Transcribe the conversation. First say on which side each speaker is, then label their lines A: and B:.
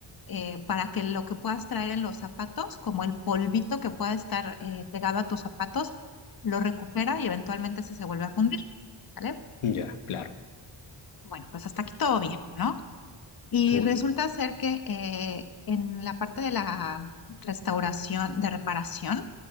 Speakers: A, on the left (about 45°); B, on the left (about 85°).
A: eh, para que lo que puedas traer en los zapatos, como el polvito que pueda estar eh, pegado a tus zapatos, lo recupera y eventualmente se, se vuelve a fundir, ¿vale?
B: ya, claro.
A: Bueno, pues hasta aquí todo bien, ¿no? Y
B: Uy,
A: resulta ser que eh, en la parte de la restauración, de reparación,